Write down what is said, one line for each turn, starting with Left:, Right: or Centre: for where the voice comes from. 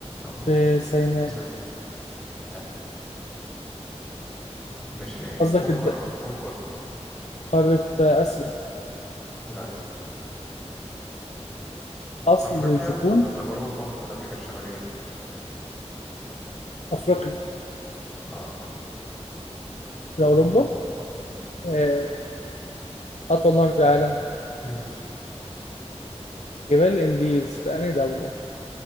Centre: او
Left: في سيناء
Centre: مصر لا مش إيه،
Left: قصدك
Centre: قول
Left: الد-
Centre: قارة قول قارة
Left: قارة آه، آسيا
Centre: لا
Left: أصل
Centre: افريقيا
Left: الزيتون
Centre: ولا اوروبا ولا امريكا الشمالية
Left: أفريقيا
Centre: غلط
Left: ده
Centre: اوروبا
Left: أوروبا
Centre: مم.
Left: آه أطول نهر في العالم
Centre: ليه
Left: جبال الإنديز في أنهي دولة؟